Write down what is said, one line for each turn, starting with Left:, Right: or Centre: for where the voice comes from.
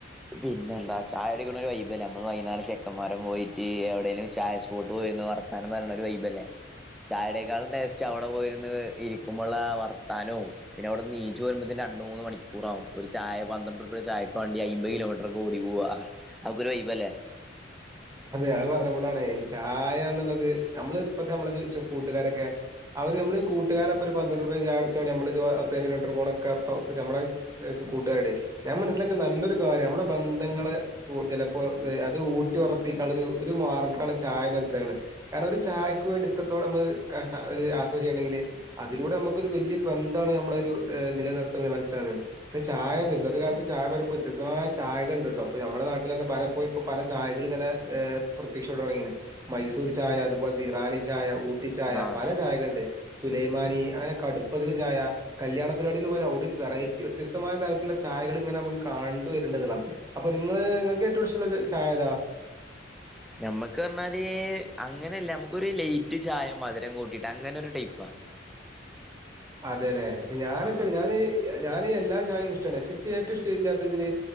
Centre: പിന്നെ എന്താ ചായ കുട്ടിക്കുന്ന ഒരു വൈബല്ലേ നമ്മള് വൈകുന്നേര ചെക്കന്മാരം പോയിട്ട് എവിടേലും ചായ സ്പോട്ട് പോയിന്ന് വർത്താനം പറയണ ഒരു വൈബല്ലേ ചായടേക്കാളും ടേസ്റ്റ് അവിടെ പോയിന്ന് ഇരിക്കുമ്പോ വർത്താനവും പിന്നെ അവിടെന്ന് നീച്ചു പോരുമ്പോത്തേ രണ്ട് മൂന്ന് മണിക്കൂറാവും ഒരു ചായ പന്ത്രണ്ടരുപ്യ ചായക്ക വണ്ടി അയ്മ്പത് കിലോമീറ്റർക്കെ ഓടി പോവാ അപ്പൊരു വൈബ് അല്ലേ.
Right: അതെ അത് പറഞ്ഞപ്പോഴാണ് ഈ ചായന്നുള്ളത് നമ്മള ഇപ്പത്തെ നമ്മള കൂട്ടുകാരൊക്കെ അവര് നമ്മള് കൂട്ടുകാരപ്പൊ ഒരു പന്ത്രണ്ട് രൂപ ചായ കുടിച്ചണ നമ്മൾ ഒരു പത്ത കിലോമീറ്റർ പോണൊക്കെ നമ്മളെ കൂട്ടുകാരുടെ ഞാൻ മനസ്സിലൊക്കെ നല്ലൊരു കാര്യം നമ്മുടെ ബന്ധങ്ങള് ചിലപ്പോ അത് ഊട്ടി ഉറപ്പ ക്കാനുള്ള ഒരു മാർഗമാണ് ചായന്ന് മനസ്സിലാക്കുന്നത് കാരണം ഒരു ചായയ്ക്ക് വേണ്ടി ഇത്രത്തോം കഷ യാത്ര ചെയ്യണെങ്കിൽ അതിലൂടെ നമുക്കൊരു ഒരു വലിയൊരു ബന്ധമാണ് നമ്മള ഒരു നിലനിർത്തുന്നത് മനസ്സിലകുന്നത് പി ചായ ഇന്നത്തെ കാലത്ത് ചായ പറയുമ്പോ വ്യത്യസ്തമായ ചായകളുണ്ട് കേട്ടോ അപ്പൊ നമ്മുടെ നാട്ടിൽ തന്നെ പലപ്പോയി ഇപ്പോ പല ചായകും ഇങ്ങനെ ഹ പ്രത്യക്ഷോട ഇങ്ങനെ മൈസൂർ ചായ അതുപോലെ ഇറാനി ചായ ഊ ട്ടി ചായ
Centre: ആഹ്
Right: പല ചായകളുണ്ട്. സുലൈമാനി അങ്ങനെ കടുപ്പതിൽ ചായ കല്യാണ പരിപാടി പോലെ അവിടെ വെറൈറ്റി വ്യത്യസ്തമായ തരത്തിലുള്ള ചായകൾ ഇങ്ങനെ നമുക്ക് കണ്ട് വരേണ്ടതുള്ളാം അപ്പൊ നിങ്ങള് നിങ്ങൾക്ക് ഏറ്റവും ഇഷ്ടമുള്ള ചായ ഏതാ?
Centre: നമ്മക്ക് പറഞ്ഞാല് അങ്ങനെല്ല നമുക്കൊ ഒരു ലൈറ്റ് ചായ മധുരം കൂട്ടിട്ട് അങ്ങനെ ഒരു ടൈപ്പാ.
Right: അതെല്ലേ? പക്ഷേ ഞാനെന്ന്വെച്ചാൽ
Centre: ആഹ്
Right: ഞാന് ഞാൻ എല്ലാ ചായയും ഇഷ്ടമാണ് പക്ഷേ ഏറ്റവും ഇഷ്ട ഇല്ലാത്തല്